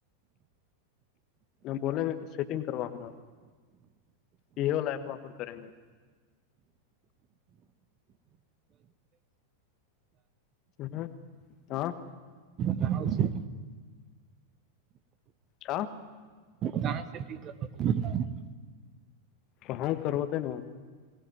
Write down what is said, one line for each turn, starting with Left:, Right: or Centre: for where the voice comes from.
Left: بولیں گے کہ سیٹنگ کرواؤاپ یہ وال ایپ واپر کریں گے ہ آ
Right: کہاں سے
Left: ہ
Right: جان ستی ج
Left: کہاں کروتے ہے نا